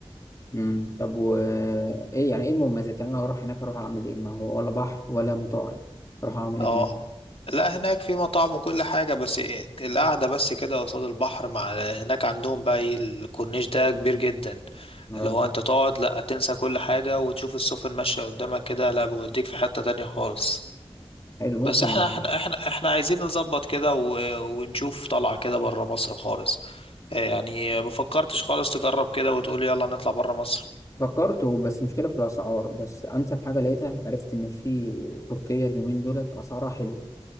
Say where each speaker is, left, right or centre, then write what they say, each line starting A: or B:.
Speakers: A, on the left (about 30°); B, on the left (about 65°).
A: امم طب و ايه يعني ايه المميزات يعني انا اروح هناك اروح اعمل ايه ما هو ولا بحر ولا مطاعم اروح اعمل
B: اه
A: ايه هناك
B: لا هناك في مطاعم وكل حاجة بس إيه، القعدة بس كده قصاد البحر مع هناك عندهم بقى ايه الكورنيش ده كبير جدا
A: اه
B: اللي هو انت تقعد لا تنسى كل حاجة وتشوف السفن ماشية قدامك كده لا بيوديك في حتة تانية خالص
A: حلو ممكن
B: بس احنا
A: أ...
B: احنا احنا احنا عايزين نظبط كده و... ونشوف طلعة كده بره مصر خالص آه، يعني ما فكرتش خالص تجرب كده وتقول يلا نطلع بره مصر
A: فكرت بس مشكله في الاسعار بس انسب حاجه لقيتها عرفت ان في تركيا اليومين دولت اسعارها حلوه